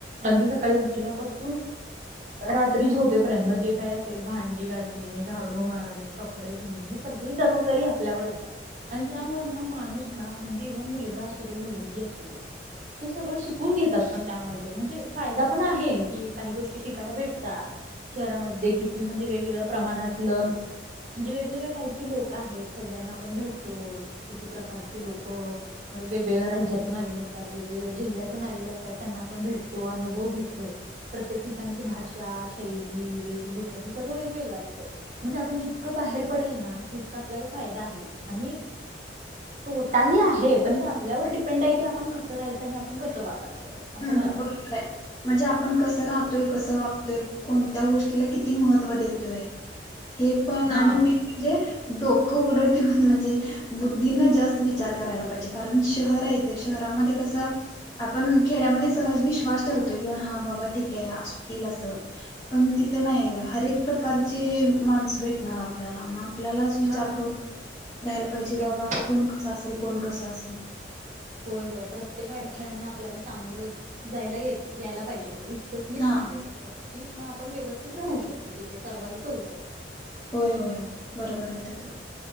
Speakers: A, on the right; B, on the left.
A: अगदी सकाळी उठल्यापासून रात्री झोपेपर्यंत, मग जे काय असेल, भांडी घाासणे, झाडू मारणे, कपडे धुणे. ही सगळी जबाबदारी आपल्यावर येतात आणि त्यामुळें हा माणूस ना म्हणजे इव्हन मुलगा असतो ते मुलगी असतू ते ते सगळं शिकून घेतात पण त्यामध्ये म्हणजे फायदा पण आहे की काही गोष्टी शिकायला भेटतात शहरामध्ये किती म्हणजे वेगवेगळ्या प्रमाणातलं म्हणजे वेगवेगळ्या टाईपचे लोक आहेत सगळ्यांना आपण भेटतो किती प्रकारची लोक वेगवेगळ्या राज्यातून आलेले असतात वेगवेगळ्या जिल्ह्यातून आलेले असतात त्यांना आपण भेटतो अनुभव घेतो प्रत्येक ठिकाणची भाषा शैली वेशभूषा हे सगळं वेगवेगळं असते म्हणजे आपण जितकं बाहेर पडेल ना तितक आपल्याला फायदा आहे आणि तोटाही आहे पण ते आपल्यावर डिपेंड आहे की आपण कसं राहायचं आणि आपण कसं वागायचं बग असं
B: हम्म
A: मला वाटतं
B: बरोबर म्हणजे आपण कसं राहतोय कसं वागतोय कोणत्या गोष्टीला किती महत्त्व देतोय हे पण आणि
A: हा
B: म म्हणजे डोकं उघडं ठेऊून म्हणजे बुद्धीना जास्त विचार करायला पाहिजे कारण शहर आहेथे शहरामध्ये कसं आपण खेड्यामध्ये सहज विश्वास ठेवतोय की हा बाबा ठीके असतील असं पण तिथं नाही हरक प्रकारची माणसं भेटणार आपल्याला मग आपल्यालाच विचार
A: हा
B: करून राहाला पाहिजे
A: प्रत्येक
B: बाबा कोण कसा असेल कोण कस असेल
A: होय होय प्रत्येक अडथळ्यांना आपल्याला सामोरं जायला येत यायला पाहिजे बघ त मी
B: हा
A: सांगेल की मग आपण व्यवस्थित राहू शकतो तिथे सर्वाइव्ह करू शकतो
B: होय होय होय बरोबर आहे त सग